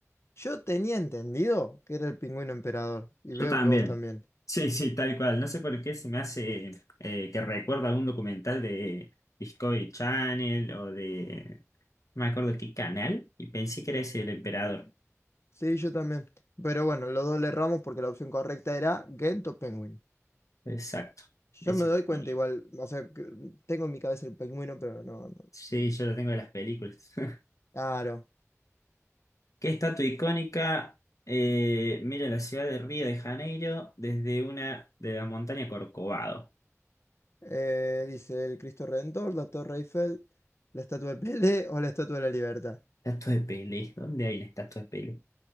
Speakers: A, on the left (about 55°); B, on the left (about 85°).
A: Yo tenía entendido que era el Pingüino Emperador y
B: Yo
A: veo
B: también.
A: que vos también.
B: Sí, sí, tal cual. No sé por qué se me hace eh, que recuerdo algún documental de Discovery Channel o de... No me acuerdo qué canal y pensé que era ese del emperador.
A: Sí, yo también. Pero bueno, los dos le erramos porque la opción correcta era Ghent o Penguin.
B: Exacto,
A: Yo
B: ese
A: me doy
B: no lo
A: cuenta
B: tenía.
A: igual, o sea, que tengo en mi cabeza el pingüino, pero no, no.
B: Sí, yo lo tengo de las películas. <laughs>
A: Claro.
B: ¿Qué estatua icónica eh, mira la ciudad de Río de Janeiro desde una de la montaña Corcovado?
A: Eh, dice el Cristo Redentor, la Torre Eiffel, la Estatua de Pelé o la Estatua de la Libertad.
B: Estatua de Pelé. ¿Dónde hay una estatua de Pelé?